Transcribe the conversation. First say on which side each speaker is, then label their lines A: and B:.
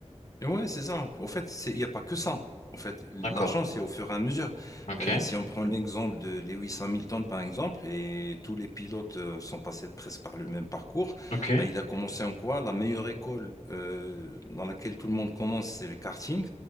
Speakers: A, on the left; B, on the left.
A: Ouais, c'est ça. Au fait, c'est- il n'y a pas que ça. En fait, l'argent,
B: D'accord.
A: c'est au fur et à mesure.
B: Ok.
A: Euh,
B: Ouais.
A: si on prend l'exemple de Lewis Hamilton, par exemple, et tous les pilotes euh, sont passés presque par le même parcours,
B: Ok. Ouais,
A: bah, il a commencé en quoi? La meilleure école euh, dans laquelle tout le monde commence, c'est le karting.